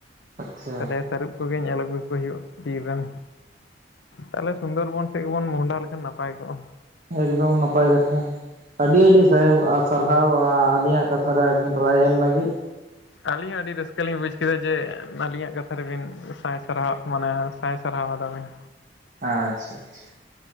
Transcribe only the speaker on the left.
ᱛᱟᱦᱞᱮ ᱛᱟᱹᱨᱩᱵ ᱠᱚᱜᱮ ᱧᱮᱞ ᱟᱹᱜᱩ ᱠᱚ ᱦᱩᱭᱩᱜ ᱵᱤᱨ ᱨᱤᱱ ᱛᱟᱞᱦᱮ ᱥᱩᱱᱫᱚᱨ ᱵᱚᱱ ᱥᱮᱜ ᱜᱮᱵᱚᱱ ᱢᱚᱸᱦᱰᱟ ᱞᱮᱠᱷᱟᱱ ᱱᱟᱯᱟᱭ ᱠᱚᱜᱼᱟ᱾
ᱟᱹᱞᱤᱧ ᱦᱚᱸ ᱟᱹᱰᱤ ᱨᱟᱹᱥᱠᱟᱹ ᱞᱤᱧ ᱵᱩᱡ ᱠᱮᱫᱟ ᱡᱮ ᱟᱹᱞᱤᱧᱟᱜ ᱠᱟᱛᱷᱟ ᱨᱮᱵᱤᱱ ᱥᱟᱭ ᱥᱟᱨᱦᱟᱣᱟᱜ ᱢᱟᱱᱮ ᱥᱟᱭ ᱥᱟᱨᱦᱟᱣ ᱟᱫᱟᱵᱤᱱ᱾